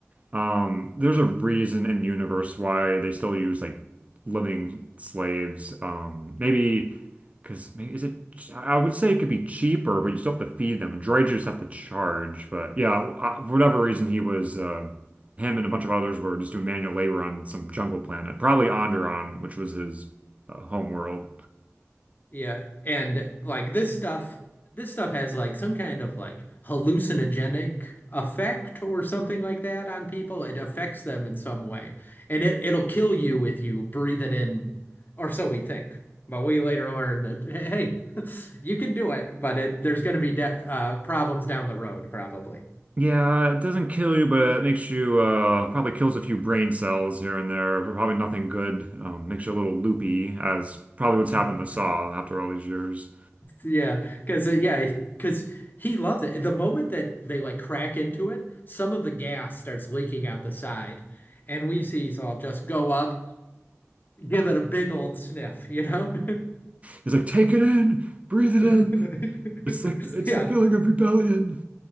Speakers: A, on the right; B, on the left.
A: um there's a reason in universe why they still use like living slaves. Um maybe because maybe is it I would say it could be cheaper, but you still have to feed them. Droids you just have to charge. But yeah, uh, for whatever reason he was uh him and a bunch of others were just doing manual labor on some jungle planet, probably Onderon, which was his uh, home world.
B: Yeah, and like this stuff, this stuff has like some kind of like hallucinogenic effect or something like that on people. It affects them in some way, and it it'll kill you if you breathe it in, or so we think. But we later learn that hey, <laughs> you can do it, but it there's going to be de uh, problems down the road probably.
A: Yeah, it doesn't kill you, but it makes you uh, probably kills a few brain cells here and there, but probably nothing good. Um, makes you a little loopy, as probably what's happened
B: Mm-hmm.
A: to Saw after all these years.
B: Yeah, because uh, yeah, because he loves it. The moment that they like crack into it, some of the gas starts leaking out the side, and we see Saul just go up, give it a big old sniff, you know?
A: He's like, take it in, breathe it
B: <laughs>
A: in. It's like it's
B: Yeah.
A: the feeling of rebellion.